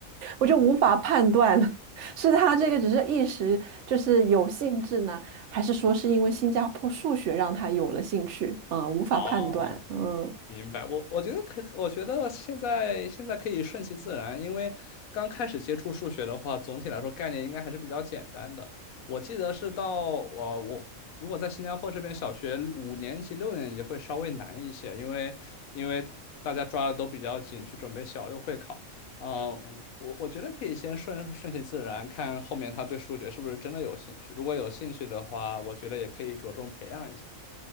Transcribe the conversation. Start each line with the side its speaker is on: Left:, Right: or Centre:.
Right: 我就无法判断了，<laughs> 是他这个只是一时就是有兴致呢，还是说是因为新加坡数学让他有了兴趣？啊、呃无法判断。
Left: 哦。
Right: 嗯
Left: 明白，我我觉得可以我觉得现在现在可以顺其自然，因为刚开始接触数学的话，总体来说概念应该还是比较简单的。我记得是到呃，我如果在新加坡这边，小学五年级、六年级会稍微难一些，因为因为大家抓的都比较紧，去准备小六会考。啊、我我觉得可以先顺顺其自然，看后面他对数学是不是真的有兴趣。如果有兴趣的话，我觉得也可以着重培养一下。